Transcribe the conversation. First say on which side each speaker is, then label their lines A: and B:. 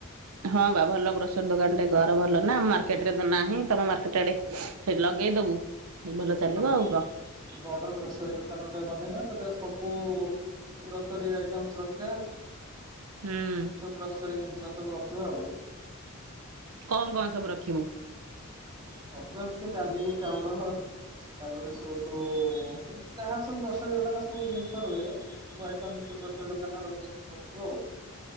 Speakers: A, on the right (about 75°); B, on the right (about 20°).
A: ହଁ ବା ଭଲ ଗ୍ରୋସରୀ ଦୋକାନ ଟେ କର ଭଲନା ମାର୍କେଟରେ ତ ନାହିଁ ତମ ମାର୍କେଟ ଆଡେ ହେଠି ଲଗେଇଦବୁ। ଭଲ
B: ହଁ
A: ଚାଲିବ ଆଉ କଣ
B: ବଡ ଗ୍ରୋସରୀ ଦୋକାନ ଗୋଟେ ବନେଇବା, ସେଥିରେ ସବୁ ଗ୍ରୋସରୀ ଆଇଟମ୍ସ ରଖିଆ।
A: ହୁଁ
B: ଜିନିଷ ଗ୍ରୋସରୀ ଜିନିଷ ସବୁ ରଖିବା ଆଉ।
A: କଣ କଣ ସବୁ ରଖିବୁ?
B: ସବୁ ଏମତି ଡାଲି ଚାଉଳ ତାପରେ ସେଇଠୁ ଏମତି ଯାହା ସବୁ ଗ୍ରୋସରୀ ଦୋକାନ ସବୁ ଜିନିଷ ରୁହେ ସବୁ ଆଇଟମସ୍ ଗ୍ରୋସରୀ ଦୋକାନ ରଖିଆ ଜିନିଷ ସବୁ ଆଉ।